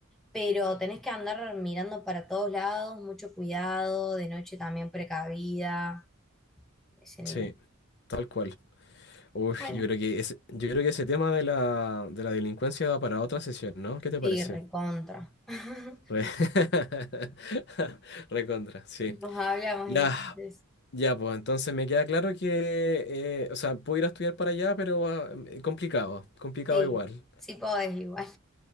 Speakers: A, in the centre; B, on the left.
A: pero tenés que andar mirando para todos lados, mucho cuidado, de noche también precavida, ese nivel.
B: Sí, tal cual. Uf,
A: Bueno,
B: yo creo que ese, yo creo que ese tema de la, de la delincuencia da para otra sesión, ¿no? ¿Qué te
A: sí,
B: parece?
A: recontra. <laughs>
B: Re- <laughs> Recontra, sí.
A: Nos hablamos
B: Ya,
A: entonces.
B: ya, pues entonces me queda claro que, eh, o sea, puedo ir a estudiar para allá, pero ah, eh, complicado, complicado
A: Sí,
B: igual.
A: sí podés igual.